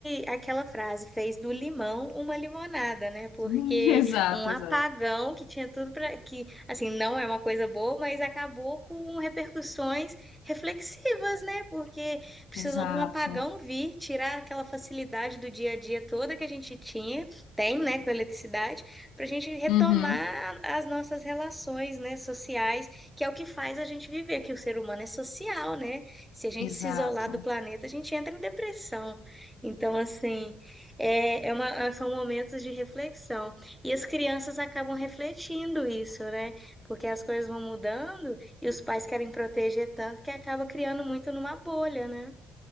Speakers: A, in the centre; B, on the left (about 85°).
A: aquela frase, fez do limão uma limonada, né? Porque
B: <laughs> Exato,
A: um apagão
B: exato.
A: que tinha tudo para que, assim, não é uma coisa boa, mas acabou com repercussões reflexivas, né? Porque precisou
B: Exato.
A: de um apagão vir, tirar aquela facilidade do dia a dia toda que a gente tinha, tem, né, com a eletricidade, para a gente retomar
B: Uhum,
A: as nossas relações, né, sociais, que é o que faz a gente viver, que o ser humano é social, né? Se a gente
B: exato.
A: se isolar do planeta, a gente entra em depressão. Então, assim, é, é uma- são momentos de reflexão. E as crianças acabam refletindo isso, né? Porque as coisas vão mudando e os pais querem proteger tanto que acaba criando muito numa bolha, né?